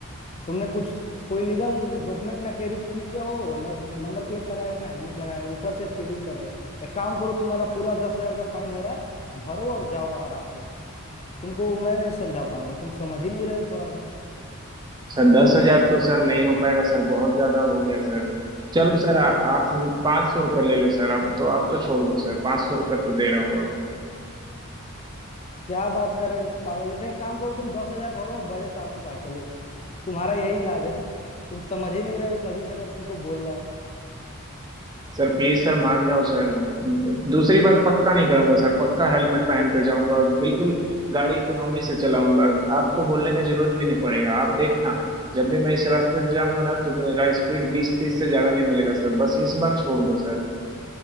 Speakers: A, on the left (about 30°); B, on the right (about 20°).
A: तुमने कुछ कोई लीगल डॉक्यूमेंट ना कैरी किए हो ना नंबर प्लेट लगाए हो ना हेलमेट लगाए हो ऊपर से स्पीडिंग कर रहे हो एक काम करो तुम्हारा पूरा दस हजार का फाइन हो रहा है भरो और जाओ आराम से तुमको मैं नहीं समझा पाऊंगा तुम समझ ही नहीं रहे हो थोड़ा भी
B: सर दस हजार तो सर नहीं हो पाएगा सर बहुत ज्यादा हो गया सर चलो सर आ, आप पाँच सौ रुपये ले लो सर अब तो आप तो छोड़ दो सर पाँच सौ रुपये तो दे रहा हूँ अब
A: क्या बात कर रहे हो पागल जैसे एक काम करो तुम दस हजार भरो और बड़े साहब के पास चलो तुम्हारा यही इलाज है तुम समझ ही नहीं रहे हो तभी से मैं तुमको बोल रहा हूँ।
B: सर प्लीज सर मान जाओ सर दूसरी बार पक्का नहीं करूंगा सर पक्का हेलमेट पहन कर जाऊंगा और बिल्कुल गाड़ी इकोनॉमी से चलाऊंगा आपको बोलने का जरूरत भी नहीं पड़ेगा आप देखना जब भी मैं इस रास्ते से जाऊंगा ना तो मेरा स्पीड बीस तीस से ज्यादा नहीं मिलेगा सर बस इस बार छोड़ दो सर